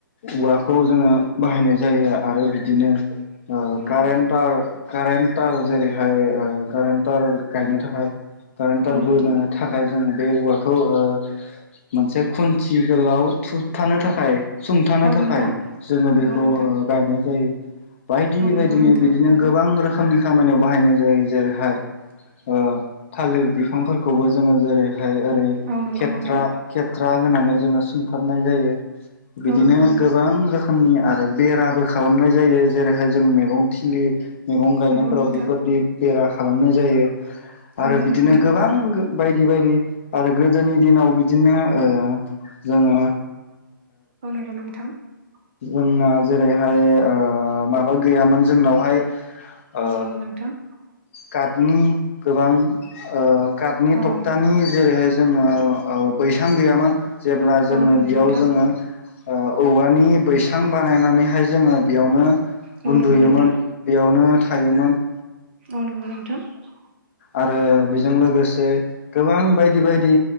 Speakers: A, on the left (about 35°); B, on the right (about 30°).
A: औवाखौ जोङो बाहायनाय जायो आरो बिदिनो ओ
B: औ
A: कारेन्टार
B: नोंथां
A: कारेन्टार जेरैहाय ओ कारेन्टार गायनो थाखाय कारेन्टार
B: औ नोंथां
A: बोनो थाखाय जोङो बे औवाखौ ओ मोनसे खुन्थि गोलाव थुबथानो थाखाय सुंथानो
B: औ
A: थाखाय
B: नोंथां
A: जोङो
B: नंगौ
A: बेखौ ओ
B: नोंथां
A: गायनाय जायो बायदि
B: औ नंगौ
A: बायदिनो
B: नोंथां
A: बिदिनो गोबां रोखोम खोमनि खामानियाव बाहायनाय जायो जेरैहाय ओ थालिर बिफांफोरखौबो जोङो जेरैहाय ओरै
B: औ नंगौ
A: खेथ्रा
B: नोंथां
A: खेथ्रा होनानै जोङो सुंथाबनाय जायो बिदिनो
B: औ नंगौ नोंथां
A: गोबां रोखोम रोखोमनि आरो बेराबो खालामनाय जायो जेरैहाय जों मैगं थिलि मैगं गायनायफोराव
B: नंगौ नोंथां
A: बेफोरदि बेरा खालामनाय जायो
B: औ
A: आरो
B: नंगौ
A: बिदिनो
B: नोंथां
A: गोबां बायदि बायदि आरो गोदोनि दिनाव बिदिनो ओ जोङो
B: औ नंगौ नोंथां ।
A: जोंना जेरैहाय ओ माबा गैयामोन जोंनावहाय ओ
B: औ नंगौ नोंथां ।
A: काटनि गोबां ओ काटनि
B: औ
A: थटकथानि जे जेरैहाय जोङो ओ बैसां गैयामोन जेब्ला जोङो
B: औ नंगौ
A: बेयाव
B: नोंथां
A: जोङो ओ औवानि बैसां बानायनानैहाय जोङो बेयावनो
B: औ
A: उन्दुयोमोन
B: नंगौ नोंथां
A: बेयावनो थायोमोन ।
B: औ नंगौ नोंथां ।
A: आरो बेजों लोगोसे गोबां बायदि बायदि